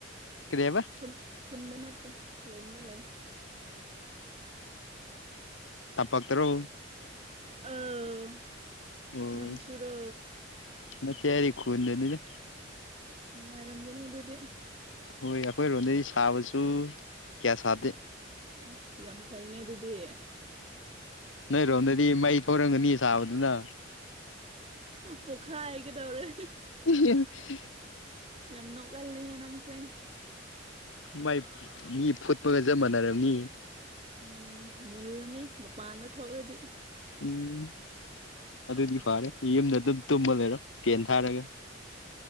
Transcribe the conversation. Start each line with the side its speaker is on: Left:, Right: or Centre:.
Left: ꯀꯤꯔꯤ ꯍꯥꯏꯕꯥ
Right: ꯈꯨꯟ ꯈꯨꯨꯟꯗ ꯅꯠꯇꯦ ꯔꯦꯟꯗ ꯂꯩꯥ
Left: ꯇꯝꯄꯥꯥꯛꯇꯔꯣ
Right: ꯑꯧ
Left: ꯑꯣ
Right: ꯅꯪꯁꯨꯨꯔꯣ
Left: ꯅꯠꯇꯦ ꯑꯩ ꯈꯨꯟꯗꯅꯤꯗ
Right: ꯏꯁ ꯅꯨꯡꯉꯥꯏꯔꯝꯒꯅꯤ ꯑꯗꯨꯗꯤ
Left: ꯍꯣꯏ ꯑꯩꯈꯣꯏꯔꯣꯝꯗꯤ ꯁꯥꯕꯁꯨ ꯀꯤꯌꯥ ꯁꯥꯗꯦ
Right: ꯑꯁ ꯌꯥꯝ ꯐꯩꯅꯦ ꯑꯗꯨꯗꯤ
Left: ꯅꯣꯏꯔꯣꯝꯗꯗꯤ ꯃꯩ ꯊꯣꯔꯝꯒꯅꯤ ꯁꯥꯕꯗꯨꯅ
Right: ꯄꯣꯛꯈꯥꯏꯒꯗꯧꯔꯦ
Left: <unintelligible>
Right: ꯌꯥꯝ ꯅꯣꯛꯒꯜꯂꯦꯍꯦ ꯅꯪꯁꯦ
Left: ꯃꯥꯏ ꯃꯤ ꯐꯨꯠꯄꯒ ꯆꯞ ꯃꯥꯟꯅꯔꯕꯅꯤ
Right: ꯎꯝ ꯃꯨꯜꯅꯤ ꯃꯄꯥꯟꯗ ꯊꯣꯛꯂꯗꯤ
Left: ꯎꯝ ꯑꯗꯨꯗꯤ ꯐꯔꯦ ꯌꯨꯝꯗ ꯑꯗꯨꯝ ꯇꯨꯝꯕ ꯂꯩꯔꯣ ꯄꯦꯟ ꯊꯥꯔꯒ